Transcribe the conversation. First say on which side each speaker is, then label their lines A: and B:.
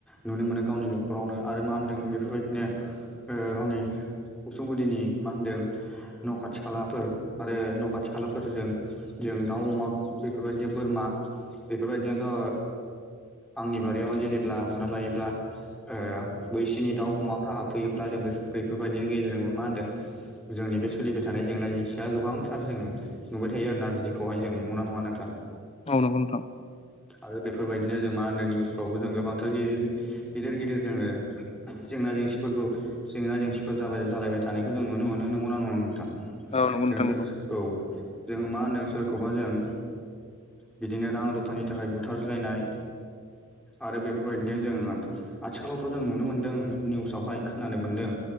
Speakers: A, in the centre; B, on the left (about 30°).
A: नुनो मोनो गावनि न'खरावनो आरो मा होनदों बेफोरबायदिनो गावनि उसुंगुरिनि मा होनदों न' खाथि खालाफोर आरो न' खाथि खालाफोरजों जों दाउ अमा बेफोरबायदिनो बोरमा बेफोरबायदिनो आंनि बारियाव जेनेबब्ला हमना लायोब्ला बैसोनि दाउ अमाफ्रा हाबफैयोब्ला जों बेफोरबायाददिनि गेजेरजोंबो मा होनदों जोंनि बे सोलिबाय थानाय जेंना जेंसिया गोबांथार जोङो नुबाय थायो आर ना बिदिखौहाय जों नुगना नङा नोंथां
B: औ नंगौ नोंथां।
A: आरो बेफोरबायदिनो जों मा होनदों निउसफ्रावबो जों गोबांथार गिदिर गिदिर गिदिर जोङो जेंना जेंसिफोरखौ जेंना जेंसिफोर जाबाय जालायबाय थानायखौ जों नुनो मोनो नंगौना नंना नोंथां
B: औ नंगौ
A: जोंस
B: नोंथां नंगौ
A: औ जों मा होनदों सोरखौबा जों बिदिनो रां रुफानि थाखाय ब बुथाज्लायनाय आरो बेफोरबायदिनो जोङो आथिखालावथ' जों नुनो मोन्दों निउसावहाय खोनानो मोनदों